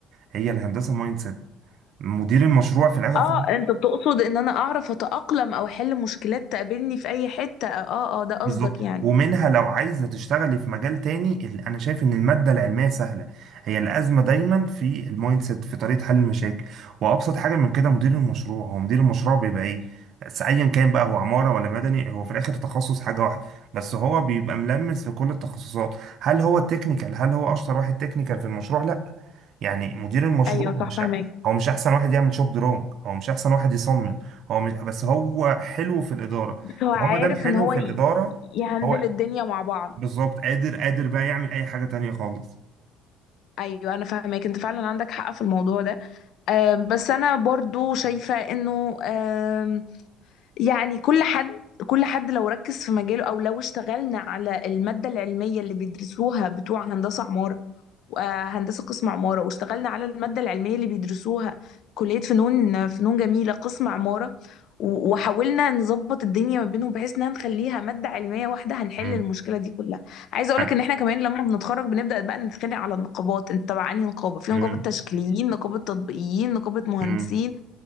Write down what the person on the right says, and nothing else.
هي الهندسه مايند سيت مدير المشروع في الاخر
خالص
بالظبط
ومنها لو عايزة تشتغلي في مجال تاني ال- أنا شايف إن المادة العلمية سهلة هي الأزمة دايما في المايند سيت في طريقة حل المشاكل وأبسط حاجة من كده مدير المشروع هو مدير المشروع بيبقى إيه س- أيا كان بقى هو عمارة ولا مدني هو في الآخر تخصص حاجة واحدة بس هو بيبقى ملمس في كل التخصصات هل هو التكنيكال هل هو أشطر واحد تكنيكال في المشروع لا يعني مدير المشروع
هو مش
هو مش احسن واحد يعمل شوب درونج هو مش احسن واحد يصمم هو مش بس هو حلو في الاداره
فهو
ما دام حلو
في
الاداره
هو
بالظبط قادر قادر بقى يعمل اي حاجه تانية خالص
امم
أنا-
امم
امم